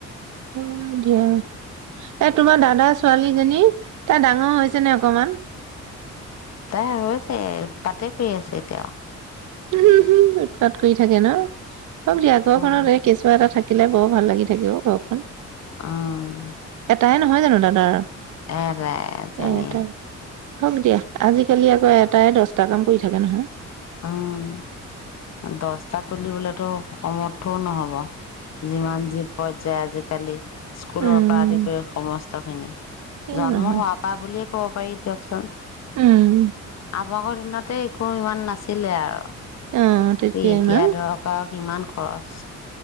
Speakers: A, on the right; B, on the left.
A: অ দিয়া এ তোমাৰ দাদা ছোৱালীজনী তাৰ ডাঙৰ হৈছে নে অকমান
B: তাই আছে পাতে কৰি আছে এতিয়া
A: উম হম উৎপাত কৰি থাকে ন <unintelligible>
B: উম
A: কেঁচুৱা এটা থাকে থাকিলে বৰ ভাল লাগি থাকে অও ঘৰখন
B: উ
A: এটাই নহয় জানো দাদাৰ
B: এৰাজনী
A: এ এটাই হওক দিয়া আজিকালি আকৌ এটাই দচটা কাম কৰি থাকে নহয়
B: আহ দচটা তুলিবলেতো সমৰ্থও নহ'ব যিমান যি পৰ্যায় আজিকালি স্কুলৰ
A: উম
B: পৰা আদি কৰি সম তখিনি
A: কিয়
B: জন্ম
A: নহয়
B: হোৱাৰ পৰা বুলিয়ে ক'ব পাৰি দিয়াচোন।
A: উম
B: <inaudible> দিনতে একো ইমান নাছিলে আৰু
A: অ তেতিয়া
B: এতিয়া
A: ইমান
B: ধৰক আও কিমান খৰচ।